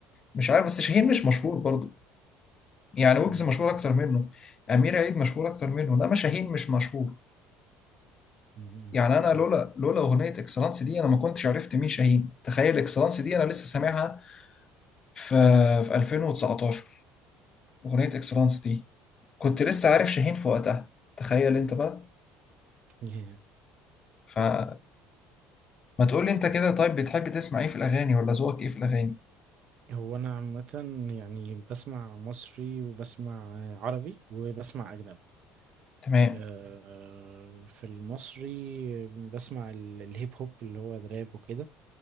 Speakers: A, on the left (about 25°); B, on the right (about 40°).
A: مش عارف بس شاهين مش مشهور برضه يعني ويجز
B: مم.
A: مشهور اكتر منه امير عيد مشهور اكتر منه انما شاهين مش مشهور
B: مم.
A: يعني انا
B: فاهم
A: لولا لولا اغنية اكسلانس دي انا ما كنتش عرفت مين شاهين تخيل اكسلانس دي انا لسه سامعها في في 2019 اغنية اكسلانس دي كنت لسه عارف شاهين في وقتها تخيل انت بقى
B: <laughs>
A: فما تقول لي انت كده طيب بتحب تسمع ايه في الاغاني ولا ذوقك ايه في الاغاني
B: هو انا عامه يعني بسمع مصري وبسمع عربي وبسمع اجنبي
A: تمام
B: آه، في المصري بسمع ال- الهيب هوب اللي هو دراب وكده